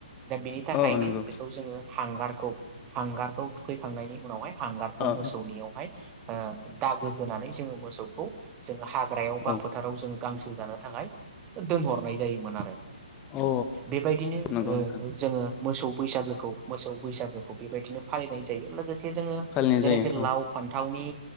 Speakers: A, on the right; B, on the left.
A: दा बिनि थाखायनो
B: औ नंगौ
A: बेखौ जोङो हांगारखौ हांगारखौ थुखैखांनायनि उनावहाय हांगारखौ
B: ओ
A: मोसौनियावहाय ओ दागो होनानै जोङो मोसौखौ जोङो हा <unintelligible> जोङो
B: ओ
A: गांसो जानो थाखाय दोनहरनाय जायोमोन आरो
B: औ
A: बेबायदिनो
B: नंगौ
A: ओ
B: नोंथां
A: जोङो मोसौ बैसागोखौ मोसौ बैसागोखौ बेबायदिनो फालिनाय जायो लोगोसे जोङो
B: फालिनाय
A: जेरैनाखि
B: जायो औ
A: लाव फान्थावनि